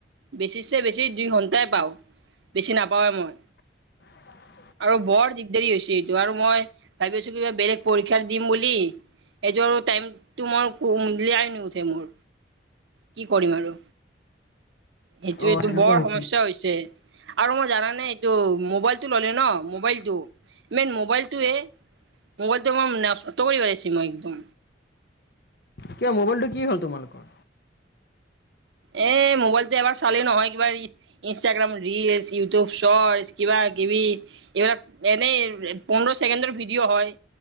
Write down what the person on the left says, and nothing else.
<unintelligible>
অ
সেনেকুৱা
হৈছিল
কিয় মোবাইলটো কি হ'ল তোমালোকৰ?